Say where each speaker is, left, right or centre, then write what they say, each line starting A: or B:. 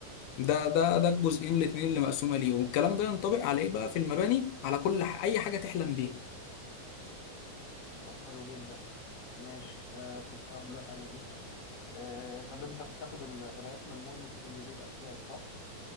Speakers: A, on the left; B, on the left.
A: ده ده
B: طب
A: ده الجزئين الاتنين اللي مقسومة ليه والكلام ده ينطبق على ايه بقى في المباني على كل ح- اي حاجة تحلم بيها
B: طب حلو جدا ماشي آه كنت هقول لك على ايه آه طب انت بتاخد القراءات من المونيتورنج دي باسلاك صح